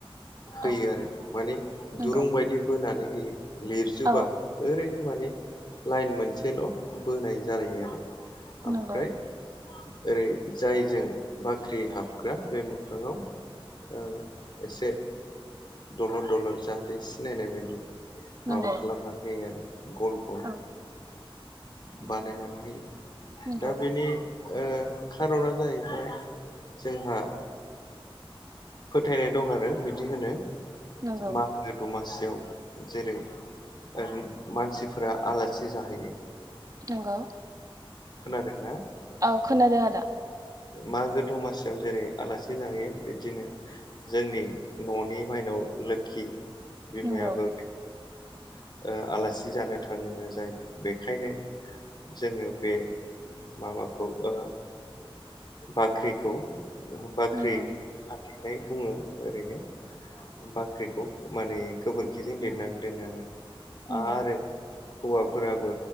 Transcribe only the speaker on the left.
होयो
आरो माने
दुरुं बायदि बोनानै होयो। लिरजोबा
ओरैनो माने लाइन मोनसेल' बोनाय जालायो आरो ओमफ्राय
ओरै जायजों बाख्रि हाबग्रा बे मोखाङाव ओ एसे दलर दलद जाहाथे सिनायनाय बायदि
माबा खालामनानै होयो आरो गल गल
बानायनानै होयो।
दा बेनि ओ खार'ना जाहैबाय जोंहा फोथायनाय दं आरो बिदि होनो
मागों दमा सियाव जेरै ओ मानसिफोरा आलासि जाहैयो
खोनादोंना
मागो दमासियाव जेरै आलासि जाहैयो बिबदिनो जोंनि न'नि माइनाव लोखि बिमायाबो
<unintelligible> ओ आलासि जानो थाङो जाहैदों बेखायनो जोङो बे माबाखौ ओ बाख्रिखौ ओ होम बाख्रि
थेनाय बुङो ओरैनो बाख्रिखौ माने गोबोरखिजों लिरनानै दोनो आरो
आरो हौवाफोराबो